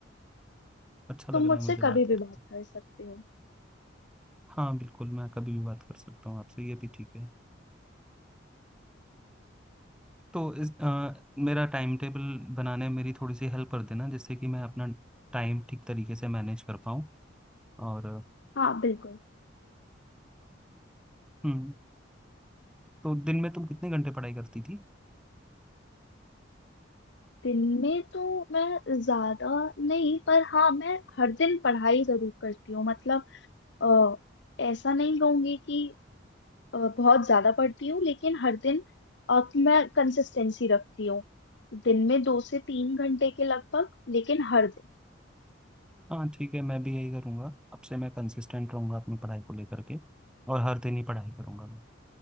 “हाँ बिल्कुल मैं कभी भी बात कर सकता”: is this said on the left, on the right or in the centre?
Centre